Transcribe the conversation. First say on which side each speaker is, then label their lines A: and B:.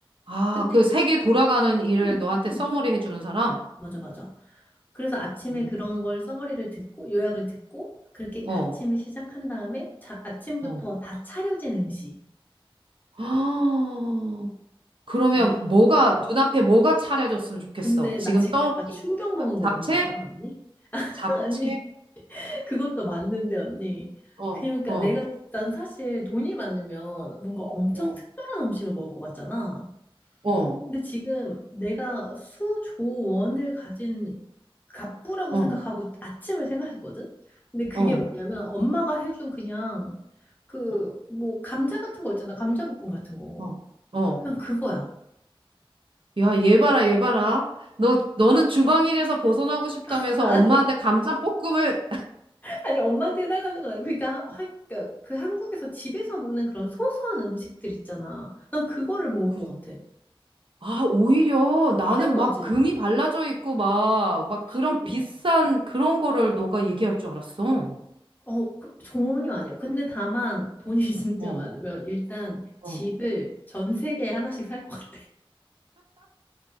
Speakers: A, on the right; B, on the left.
A: 아,
B: 근데,
A: 그 세계 돌아가는 일을
B: 음,
A: 너한테
B: 음,
A: 써머리 해주는 사람?
B: 맞아, 맞아. 그래서 아침에
A: 음.
B: 그런 걸 써머리를 듣고 요약을 듣고 그렇게
A: 어,
B: 아침을 시작한 다음에 자, 아침부터
A: 어.
B: 다 차려진 음식.
A: <gasps> 아, 그러면
B: 와,
A: 뭐가, 눈앞에 뭐가 차려졌으면 좋겠어?
B: 근데
A: 지금
B: 나 지금
A: 떠오르는
B: 약간 충격
A: 이-
B: 먹은 거
A: 잡채?
B: 뭔지 알아, 언니? <laughs>
A: 잡채?
B: 아니. 그것도 맞는데 언니.
A: 어,
B: 그러니까
A: 어,
B: 내가 난 사실 돈이 많으면 뭔가 엄청
A: 어,
B: 특별한 음식을 먹을 것 같잖아.
A: 어,
B: 근데 지금 내가 수조원을 가진 갑부라고
A: 어,
B: 생각하고 아침을 생각했거든. 근데 그게
A: 어,
B: 뭐냐면 엄마가 해준 그냥 그
A: 어,
B: 뭐 감자 같은 거 있잖아. 감자볶음 같은 거.
A: 어. 어.
B: 그냥 그거야.
A: 야, 얘 봐라, 얘 봐라. 너, 너는 주방일에서 벗어나고 싶다면서
B: <laughs> 아니,
A: 엄마한테 감자볶음을.
B: 아니 엄마한테 해달라는 건 아니고 그러니까, 하- 그러니까 그 한국에서 집에서 먹는 그런 소소한 음식들 있잖아. 난 그거를 먹을
A: 그래.
B: 것 같아.
A: 아, 오히려 나는
B: 희한하지?
A: 막 금이 발라져 있고 막, 막 그런
B: 신기해.
A: 비싼 그런 거를 너가 얘기할 줄 알았어.
B: 어, 그- 전혀 아니야. 근데 다만 돈이 <laughs>
A: 어,
B: 진짜 많으면 일단
A: 어,
B: 집을 전 세계에 하나씩 살 것 같아.